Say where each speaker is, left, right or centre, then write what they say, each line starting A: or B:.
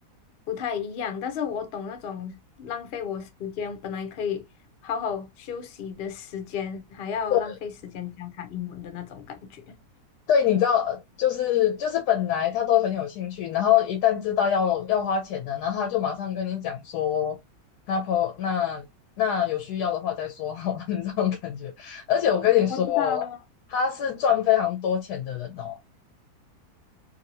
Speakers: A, on the left; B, on the left.
A: 不太一样，但是我懂那种浪费我时间，本来可以好好休息的时间，还要浪费时间教他英文的那种感觉。
B: 对对，你知道，呃就是就是本来他都很有兴趣，然后一旦知道要要花钱的，然后他就马上跟你讲说，那婆那那有需要的话再说好了，<laughs> 你这种感觉。而且我跟你说哦，
A: 我知道啊，
B: 他是赚非常多钱的人哦。